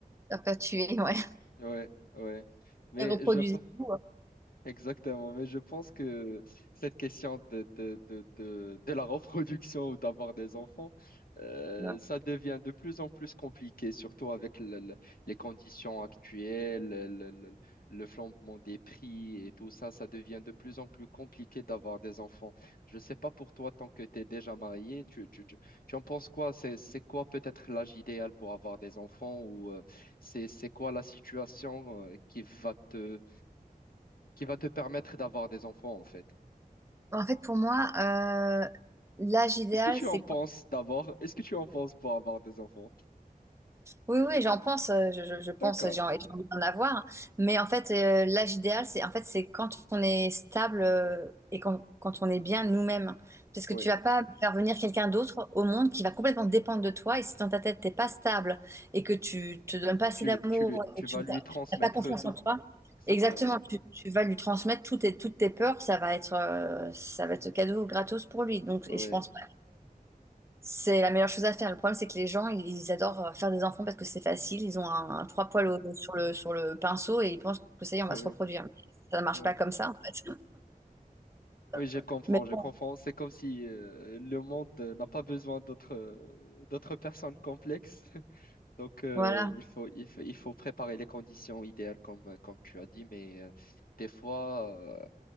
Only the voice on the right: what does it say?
perpétuer, ouais.
Et reproduisez-vous.
ouais.
Ouais.
En fait, pour moi, euh, l'âge idéal,
c'est
Oui, oui, j'en pense, euh, je, je- je pense,
j'ai en- j'ai envie d'en avoir. Mais en fait, euh, l'âge idéal, c'est en fait, c'est quand on est stable euh, et quand, quand on est bien nous-mêmes. Parce que
tu vas pas faire venir quelqu'un d'autre au monde qui va complètement dépendre de toi. Et si dans ta tête, t'es pas stable et que tu te donnes pas assez
d'amour,
et que
tu
n'as pas confiance
en toi,
exactement, tu, tu vas lui transmettre toutes tes, toutes tes peurs, ça va être, euh, ça va être cadeau gratos pour lui. Donc,
et je pense pas c'est la meilleure chose à faire. Le problème, c'est que les gens, ils ils adorent euh, faire des enfants parce que c'est facile. Ils ont un, un trois poils au- sur le, sur le pinceau et ils pensent que ça y est, on
va se reproduire. Mais ça ne marche
pas comme ça, en fait.
<laughs>
Mais
bon,
voilà.